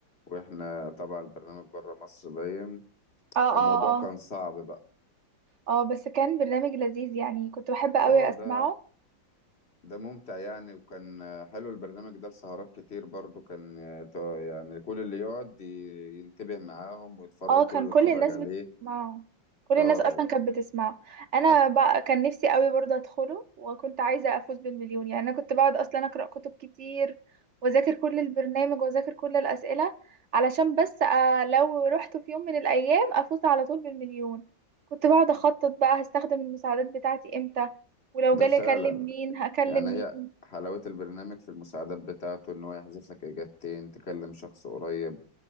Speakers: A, on the left; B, on the right.
A: وإحنا طبعا البرنامج بره مصر باين
B: اه
A: فالموضوع
B: اه اه
A: كان صعب بقى
B: اه بس كان برنامج لذيذ يعني كنت بحب قوي
A: اه
B: اسمعه
A: ده ده ممتع يعني وكان حلو البرنامج ده لسهرات كتير برضو كان يعني كل اللي يقعد ي- ينتبه معاهم ويتفرج
B: اه
A: كله
B: كان كل
A: يتفرج
B: الناس
A: عليه
B: بتسمعه كل
A: اه
B: الناس اصلا كانت بتسمعه انا
A: حتى
B: بقى كان نفسي قوي برضه ادخله وكنت عايزه افوز بالمليون يعني انا كنت بقعد اصلا اقرا كتب كتير واذاكر كل البرنامج واذاكر كل الاسئله علشان بس آه، لو رحت في يوم من الايام افوز على طول بالمليون كنت بقعد اخطط بقى هستخدم المساعدات بتاعتي امتى ولو
A: ده
B: جالي
A: فعلا
B: اكلم مين هكلم
A: يعني هي
B: مين
A: حلاوة البرنامج في المساعدات بتاعته ان هو يحذف لك اجابتين تكلم شخص قريب